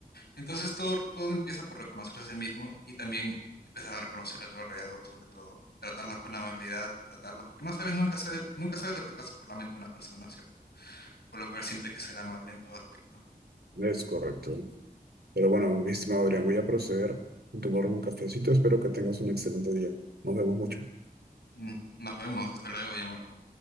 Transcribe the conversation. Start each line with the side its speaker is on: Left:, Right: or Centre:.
Left: Entonces todo, todo empieza por reconocerse a sí mismo y también empezar a reconocer a tu alrededor, sobre todo. Tratarlos con amabilidad, tratarlos, porque no sabes, nunca sabes, nunca sabes lo que pasa por la mente de una persona, ¿cierto? por lo cual siempre hay que ser amable en todo aspecto.
Right: Es correcto. Pero bueno, mi estimado Adrián, voy a proceder a tomarme un cafecito. Espero que tengas un excelente día. Nos vemos mucho.
Left: Mm, Nos vemos, hasta luego, ya Marco.